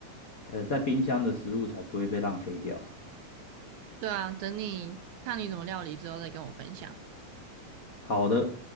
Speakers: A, on the left; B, on the right.
A: 呃，在冰箱的食物才不会被浪费掉。
B: 对啊，等你看你怎么料理之后再跟我分享。
A: 好的。